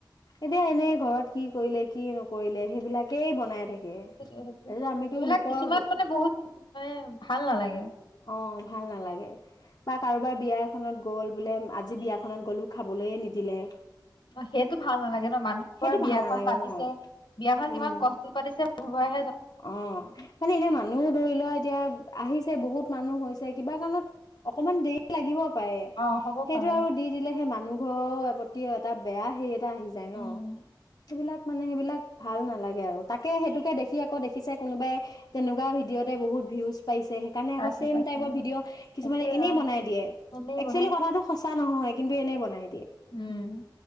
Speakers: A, on the left (about 60°); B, on the left (about 85°).
A: এতিয়া এনে ঘৰত কি কৰিলে কি নকৰিলে সেইবিলাকেই বনাই থাকে।
B: উ
A: তাৰপিছত আমিতো
B: সেইবিলাক
A: লোকৰ
B: কিছুমান মানে বহুত মানে ভাল নালাগে।
A: অ', ভাল নালাগে বা কাৰোবাৰ বিয়া এখনত গ'ল বোলে আজি বিয়াখনত গ'লো খাবলৈয়ে নিদিলে
B: অ সেইটো ভাল নালাগে ন। মানুহ
A: সেইটো
B: ঘৰ বিয়াখন
A: ভাল নালাগে
B: পাতিছে
A: ন
B: বিয়াখন
A: উম
B: কিমান কষ্টত পাতিছে। হয়।
A: অ মানে এনে মানুহ ধৰি লোৱা। এতিয়া আহিছে বহুত মানুহ হৈছে কিবা কাৰণত অকমান দেৰি লাগিব। পায়ে
B: অ হ'ব
A: সেইটো
B: পাৰে
A: আৰু দি দিলে সেই মানুহ ঘ এ প্ৰতি এটা বেয়া হে এটা আহি যায়
B: উম
A: ন সেইবিলাক মানে সেইবিলাক ভাল নালাগে আৰু তাকে সেইটোকে দেখি ক দেখিছে কোনোবাই তেনেকুৱা ভিডিঅ'তে বহুত ভিউজ সেইকাৰণে
B: পাইছে
A: আকৌ চেইম
B: পাইছে
A: টাইপৰ
B: অ
A: ভিডিঅ' কিছুমানে
B: একেই
A: এনেই
B: অ
A: বনাই দিয়ে
B: এনেই
A: একচুৱেলী
B: বনাই
A: কথাটো সঁচা নহয়। কিন্তু এনেই বনাই
B: উম